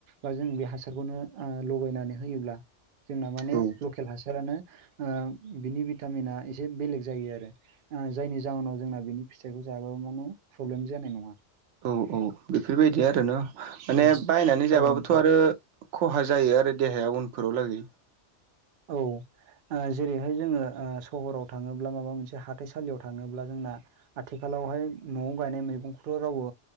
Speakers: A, on the right; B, on the right.
A: बा जों बे हासारखौनो लगायनानै होयोब्ला जोंना माने
B: औ
A: लकेल हासारानो बिनि भिटामिना एसे बेलेग जायो आरो जायनि जाहोनाव जोंना बिनि फिथाइखौ जायाबाबो माने प्रब्लेम जानाय नङा
B: औ औ बेफोरबायदि आरोना माने
A: औ
B: बायनानै जाबाबोथ'
A: औ नोंथां
B: आरो खहा जायो आरो देहाया उनफोराव लागै
A: औ जेरैहाय जोङो सहराव थाङोब्ला माबा मोनसे हाथाइसालियाव थाङोब्ला जोंना आथिखालावहाय न'वाव गायनाय मैगंखौथ' रावबो